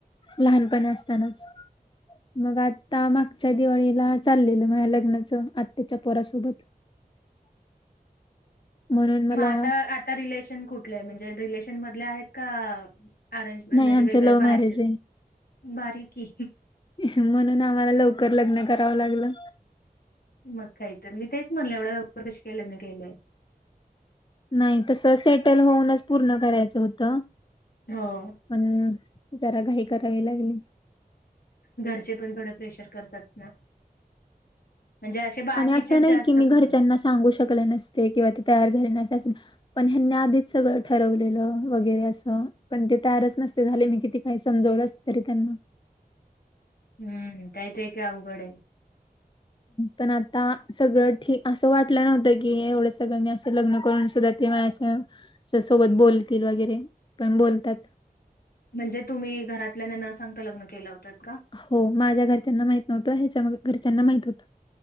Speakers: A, on the left (about 30°); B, on the left (about 75°).
A: लहानपणा असतानाच. मग आता मग या दिवाळीला चाललेलं माझ्या लग्नाचं आत्याच्या पोरासोबत. <inaudible> म्हणून मला
B: मग आता आता रिलेशन कुठलं आहे. म्हणजे रिलेशन मधले आहेत का अरेंजमें
A: नाही
B: म्हणजे
A: आमचं
B: वेगळे
A: लव्ह
B: बाहेरचे.
A: मॅरेज
B: भारीकी
A: म्हणून आम्हाला लवकर लग्न करावं लागलं.
B: मग काही तर मी तेच म्हणलं एवढं लवकर कशी काय लग्न केलंय.
A: नाही तस सेटल होऊनच पूर्ण करायच होत.
B: ह
A: पण जरा घाई करावी लागली.
B: घरचे पण थोड प्रेशर करतात ना. म्हणजे बाकीचेच
A: आणि असं नाही
B: जास्त
A: की मी
B: करून.
A: घरच्यांना सांगू शकले नसते. किंवा ते तयार झाले नसते. अस पण ह्यांनी आधीच सगळं ठरवलेल वगैरे असं पण ते तयारच नसते झाले. मी किती काही समजवल असत तरी त्यांना
B: हम्म काही ते काही अवघड आहे.
A: पण आता सगळं ठी असं वाटलं नव्हतं की एवढं सगळं मी असं लग्न करून सुद्धा ते माझ्या स सोबत बोलतील वगैरे पण बोलतात.
B: म्हणजे तुम्ही घरातल्यां न सांगता लग्न केलं होतत का?
A: हो माझ्या घरच्यांना माहित नव्हत. ह्याच्या घरच्यांना माहित होत.